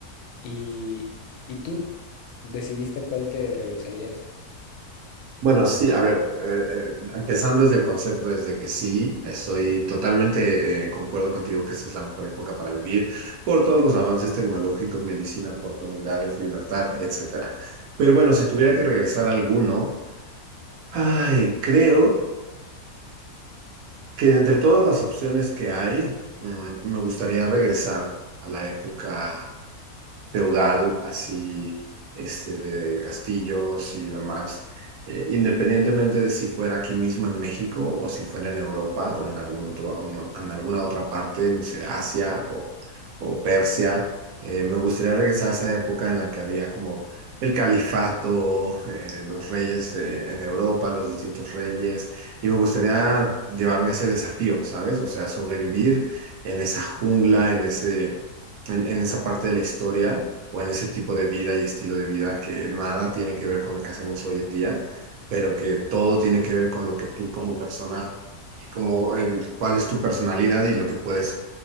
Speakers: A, on the left; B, on the right.
A: ¿Y, y tú decidiste a cuál te regresarías?
B: Bueno, sí, a ver, eh, eh, empezando desde el concepto, desde que sí, estoy totalmente eh, concuerdo contigo que esta es la mejor época para vivir por todos los avances tecnológicos, medicina, oportunidades, libertad, etcétera. Pero bueno, si tuviera que regresar a alguno, ay, creo. que de entre todas las opciones que hay, mm, me gustaría regresar a la época feudal, así, este, de castillos y demás, eh, independientemente de si fuera aquí mismo en México o si fuera en Europa o en algún otro, o en, en alguna otra parte, no sé, Asia o, o Persia. Eh, me gustaría regresar a esa época en la que había como el califato, eh, los reyes de- en Europa, los distintos reyes, y me gustaría llevarme ese desafío, ¿sabes? O sea, sobrevivir en esa jungla, en ese en, en esa parte de la historia o en ese tipo de vida y estilo de vida que nada tiene que ver con lo que hacemos hoy en día, pero que todo tiene que ver con lo que tú como persona y como en, cuál es tu personalidad y lo que puedes.